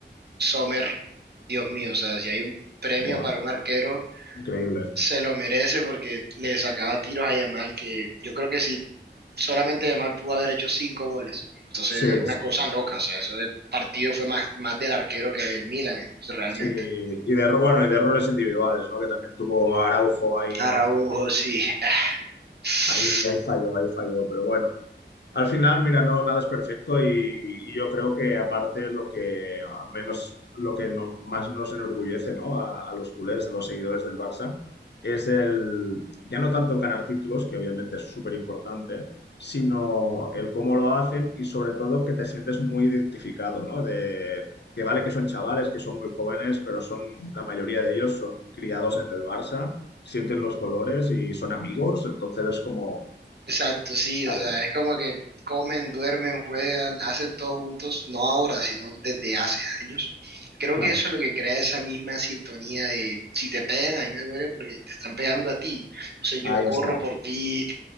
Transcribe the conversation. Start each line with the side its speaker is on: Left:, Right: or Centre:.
Right: Sommer, Dios mío, o sea, si hay un premio
Left: Buah,
Right: para un arquero,
Left: increíble.
Right: se lo merece porque le sacaba tiros a Yamal, que yo creo que si solamente Yamal pudo haber hecho cinco goles. Entonces
Left: Sí,
Right: era una
Left: sí.
Right: cosa loca, o sea, ese partido fue más, más del arquero que del Milan, realmente.
Left: Sí, y de, erro- bueno, y de errores individuales, ¿no? Que también tuvo Araujo ahí
Right: Araujo,
Left: en los últimos minutos.
Right: sí. <sighs>
Left: Ahí, ahí falló, ahí falló, pero bueno, al final, mira, no, nada es perfecto y, y yo creo que aparte lo que, al menos lo que no- más nos enorgullece, ¿no? A, a los culés, a los seguidores del Barça, es el, ya no tanto el ganar títulos, que obviamente es súper importante, sino el cómo lo hacen y sobre todo que te sientes muy identificado, ¿no? De que vale que son chavales, que son muy jóvenes, pero son, la mayoría de ellos son criados en el Barça, sienten los colores y son amigos, entonces es como,
Right: Exacto, sí,
Left: ¿sabes?
Right: o sea, es como que comen, duermen, juegan, hacen todo juntos, no ahora,
Left: Claro.
Right: sino desde hace años. Creo
Left: Claro.
Right: que eso es lo que crea esa misma sintonía de si te pegan, a mí me duele porque te están pegando a ti. Entonces
Left: Ahí
Right: yo corro
Left: está,
Right: por ti,